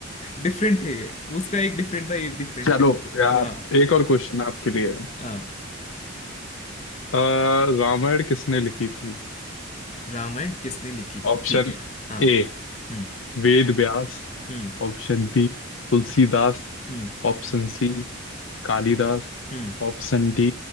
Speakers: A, on the left; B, on the left.
A: डिफरेंट है ये उसका एक डिफरेंट था ये डिफरेंट
B: चलो
A: है
B: यार
A: हाँ।
B: एक और क्वेश्चन आपके लिए
A: अ,
B: अ, रामायण किसने लिखी थी
A: रामायण किसने लिखी थी
B: Option
A: ठीक है हाँ
B: A
A: हम्म
B: Ved Vyas
A: हम्म
B: option B Tulsidas
A: हम्म
B: option C Kalidas
A: हम्म
B: option D